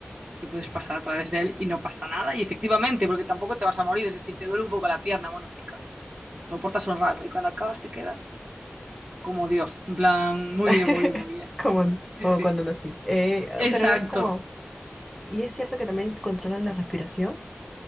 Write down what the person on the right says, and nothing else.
y que puedes pasar a través de él y no pasa nada. Y efectivamente, porque tampoco te vas a morir, es decir, te duele un poco la pierna, bueno, chica, lo soportas un rato y cuando acabas te quedas como Dios, en plan, muy
bien, muy bien, muy bien.
Sí,
sí,
exacto.